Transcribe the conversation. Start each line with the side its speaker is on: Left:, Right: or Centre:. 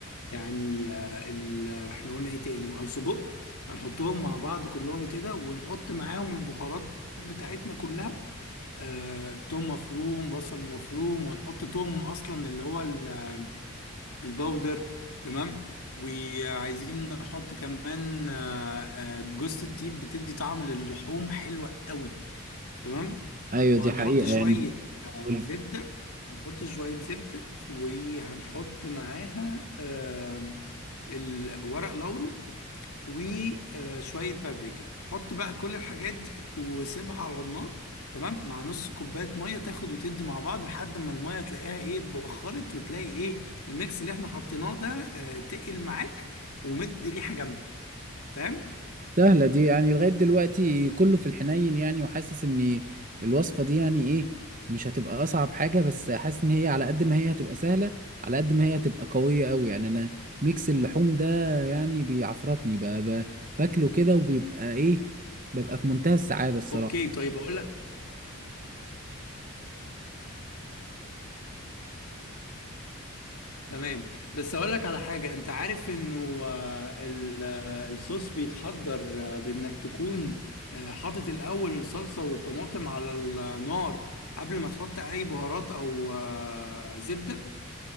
Left: يعني آه، ال- احنا قلنا ايه تاني او سجق هنحطهم مع بعض كلهم كده ونحط معاهم البهارات بتاعتنا كلها آه، توم مفروم بصل مفروم وهنحط توم اصلا اللي هو ال- الباودر تمام وعايزين نحط كمان آه، آه، جوزة الطيب بتدي طعم للحوم حلوة قوي تمام
Right: ايوه
Left: وهنحط
Right: دي حقيقه
Left: شوية
Right: يعني
Left: آه،
Right: قول لي
Left: زبدة هنحط شوية زبدة وهنحط معاها آم، الورق لورو وشوية بابريكا حط بقى كل الحاجات دي وسيبها على النار تمام مع نص كوباية مية تاخد وتدي مع بعض لحد ما المية تلاقيها ايه اتبخرت وتلاقي ايه الميكس اللي احنا حطيناه ده آه، تقل معاك ومدي ريحة جامدة فاهم؟
Right: سهلة دي يعني لغاية دلوقتي كله في الحنين يعني وحاسس ان الوصفة دي يعني ايه مش هتبقى اصعب حاجة بس حاسس ان هي على قد ما هي هتبقى سهلة على قد ما هي هتبقى قوية قوي يعني انا ميكس اللحوم ده يعني بيعفرطني ب- ب- باكله كده وبيبقى ايه ببقى في منتهى السعادة الصراحة
Left: اوكي طيب هقول لك تمام بس اقول لك على حاجه انت عارف انه آه، ال- آه، الصوص بيتحضر آه، بانك تكون آه، حاطط الاول الصلصه والطماطم على النار قبل ما تحط اي بهارات او آه، زبده